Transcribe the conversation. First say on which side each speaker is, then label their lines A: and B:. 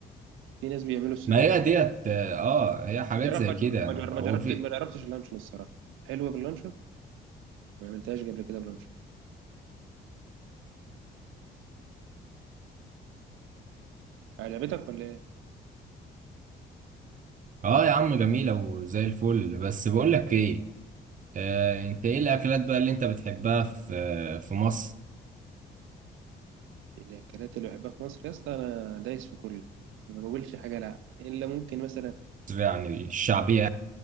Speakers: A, on the right; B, on the right.
A: في ناس بيعملوا السدوب
B: ما هي ديت اه هي حاجات
A: جرب
B: زي
A: ما
B: كده
A: جرب
B: هو
A: ما جربت
B: في
A: ما جربتش اللانشون الصراحه حلوه باللانشون ما عملتهاش قبل كده بلانشون عجبتك ولا ايه
B: اه يا عم جميلة وزي الفل بس بقول لك ايه آه انت ايه الاكلات بقى اللي انت بتحبها في في مصر
A: الاكلات اللي بحبها في مصر يا اسطى انا دايس في كله ما بقولش حاجه لا الا ممكن مثلا
B: يعني الشعبية